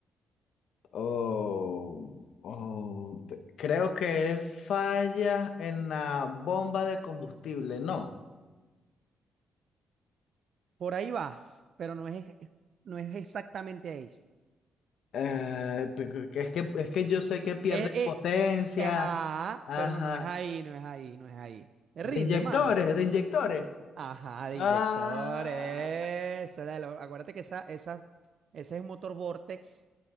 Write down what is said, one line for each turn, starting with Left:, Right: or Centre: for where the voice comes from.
Left: Oh, oh, te- creo que es falla en la bomba de combustible, ¿no?
Right: Por ahí va, pero no es, ex- no es exactamente ahí.
Left: Eh, porque es que, es que yo sé que pierden
Right: Eh,
Left: potencia.
Right: eh, ajá,
Left: Ajá.
Right: pero no, no es ahí, no es ahí, no es ahí. Te
Left: De
Right: rindes,
Left: inyectores,
Right: mano.
Left: de inyectores.
Right: Ajá, de
Left: Ah,
Right: inyectores. eso era lo- Acuérdate que esa, esa, ese es un motor Vortex